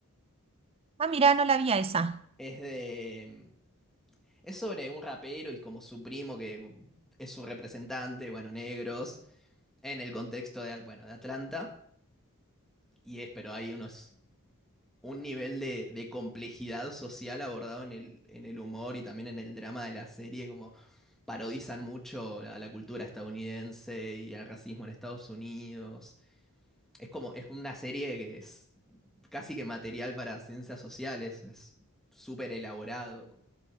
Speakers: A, on the right (about 25°); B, in the centre.
A: ah, mira, no la vi a esa.
B: Es de... Es sobre un rapero y como su primo que es su representante, bueno, negros, en el contexto de, bueno, de Atlanta. Y es, pero hay unos un nivel de, de complejidad social abordado en el, en el humor y también en el drama de la serie, como parodizan mucho la, la cultura estadounidense y el racismo en Estados Unidos. Es como, es una serie que es casi que material para ciencias sociales, es súper elaborado, como